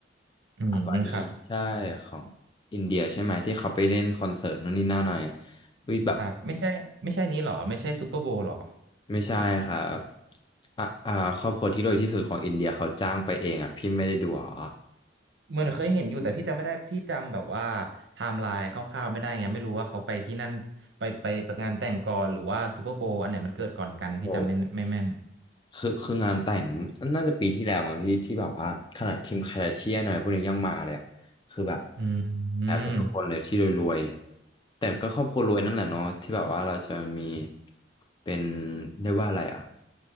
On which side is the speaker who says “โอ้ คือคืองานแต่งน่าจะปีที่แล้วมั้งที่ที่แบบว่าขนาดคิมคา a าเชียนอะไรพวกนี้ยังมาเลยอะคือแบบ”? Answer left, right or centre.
Left